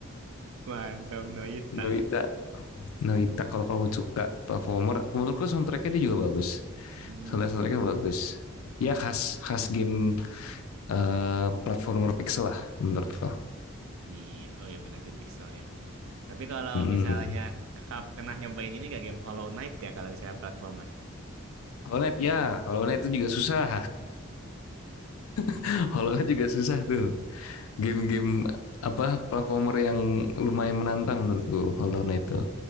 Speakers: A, on the right; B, on the left.
A: Mantap Noita
B: Noita,
A: ya.
B: Noita kalau kamu suka performer, menurutku soundtracknya dia juga bagus.
A: Hmm.
B: Soundtrack soundtracknya bagus. Ya khas khas game eh, platformer pixel lah menurutku.
A: Iya, oh ya benar sih Pixel ya. Tapi kalau
B: Hmm.
A: misalnya kakak pernah nyobain ini gak game Hollow Knight ya kalau misalnya platformer?
B: Hollow Knight ya, Hollow Knight
A: Mantap.
B: itu juga susah. <laughs> Hollow Knight juga susah tuh. game-game apa platformer yang lumayan menantang menurutku Hollow Knight itu.